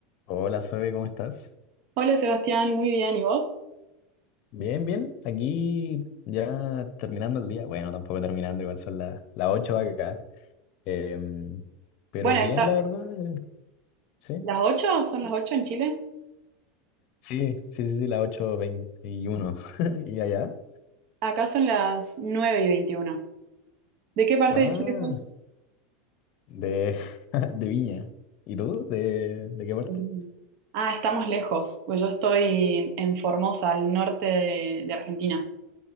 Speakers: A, on the left; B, on the right.
A: Hola, Zoe, ¿cómo estás?
B: Hola Sebastián, muy bien, ¿y vos?
A: Bien, bien. Aquí ya terminando el día. Bueno, tampoco terminando, igual son la- las 8 acá. Em, pero
B: Bueno,
A: bien,
B: está,
A: la verdad. eh, Sí,
B: ¿las ocho, ¿Son las 8 en Chile?
A: sí, sí, sí, sí, las ocho veintiuno <laughs> ¿Y allá?
B: Acá son las 9 y 21. ¿De qué parte
A: Ah,
B: de Chile sos?
A: de, <laughs> de Viña. ¿Y tú? ¿De, de qué parte?
B: Mm. Ah, estamos lejos, pues yo estoy en Formosa, al norte de, de Argentina.